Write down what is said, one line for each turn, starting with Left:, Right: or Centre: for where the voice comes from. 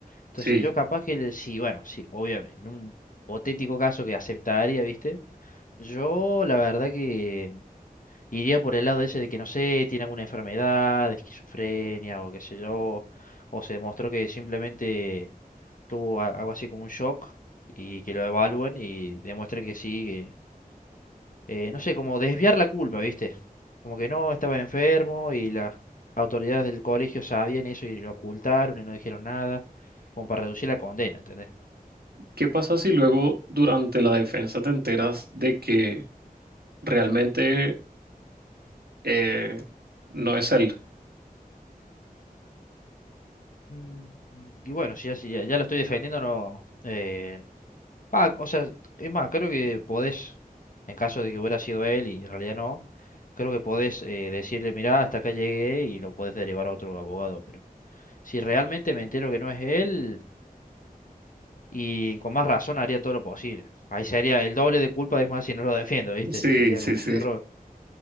Left: Entonces
Right: Sí.
Left: yo capaz que, le- sí, bueno, sí, obviamente, en un hipotético caso que aceptaría, ¿viste? Yo la verdad que iría por el lado ese de que, no sé, tiene alguna enfermedad, de esquizofrenia o qué sé yo, o se demostró que simplemente tuvo a- algo así como un shock y que lo evalúen y demuestren que sí, eh, no sé, como desviar la culpa, ¿viste? Como que no, estaba enfermo y las autoridades del colegio sabían eso y lo ocultaron y no dijeron nada, como para reducir la condena, ¿entendés?
Right: ¿Qué pasa si luego durante la defensa te enteras de que realmente eh, no es él?
Left: Mm, Y bueno, si ya, si ya, ya lo estoy defendiendo, no... eh, ah, o sea, es más, creo que podés, en caso de que hubiera sido él y en realidad no, creo que podés eh, decirle, mirá, hasta acá llegué y lo podés derivar a otro abogado, pero si realmente me entero que no es él... Y con más razón haría todo lo posible. Ahí sería el doble de culpa, es más, si no lo defiendo, ¿viste?
Right: Sí,
Left: Sería
Right: sí,
Left: como
Right: sí,
Left: medio error.